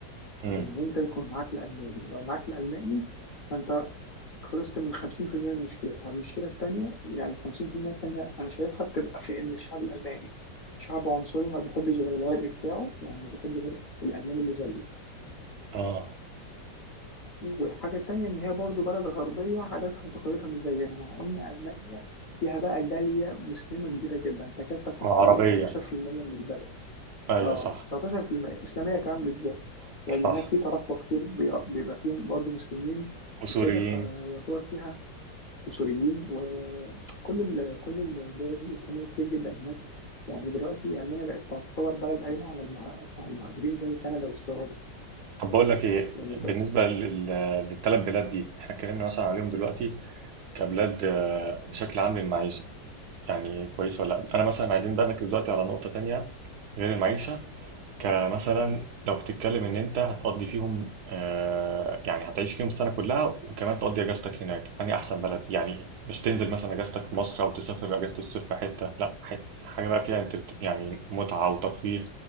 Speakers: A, on the right (about 70°); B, on the left (about 45°).
A: امم
B: إن أنت يكون معاك الألماني لو معاك الألماني فأنت خلصت من 50% من مشكلتها المشكلة التانية يعني ال 50% التانية أنا شايفها بتبقى في إن الشعب الألماني شعب عنصري ما بيحبش غير العرق بتاعه يعني ما بيحبش غير الألماني اللي زيه
A: اه
B: والحاجة التانية إن هي برضو بلد غربية عاداتها وتقاليدها مش زينا مع إن ألمانيا فيها بقى جالية مسلمة كبيرة جدا تكاد تكون
A: عربية
B: حوالي 19% من البلد
A: ايوه
B: آه،
A: صح
B: 19% إسلامية كمان بالذات، لأن
A: صح
B: هناك في تراكوة كتير بي- بيبقى فيهم برضه مسلمين
A: وسوريين
B: وكده فيعتبر فيها وسوريين وكل ال كل الدول الإسلامية كتير جدا هناك يعني دلوقتي ألمانيا بقت تعتبر بلد قايمة على المه- على المهاجرين زي كندا واستراليا
A: طب بقول لك ايه
B: يعني بقى
A: بالنسبة لل- للتلات بلاد دي احنا اتكلمنا مثلا عليهم دلوقتي كبلاد آه، بشكل عام للمعيشة يعني كويسة ولا لأ أنا مثلا عايزين بقى نركز دلوقتي على نقطة تانية غير المعيشة كمثلا لو بتتكلم إن أنت هتقضي فيهم آه، يعني هتعيش فيهم السنة كلها وكمان تقضي أجازتك هناك أنهي أحسن بلد يعني مش تنزل مثلا أجازتك في مصر أو تسافر أجازة الصيف في حتة لأ حت- حاجة بقى فيها انترت- يعني متعة وترفيه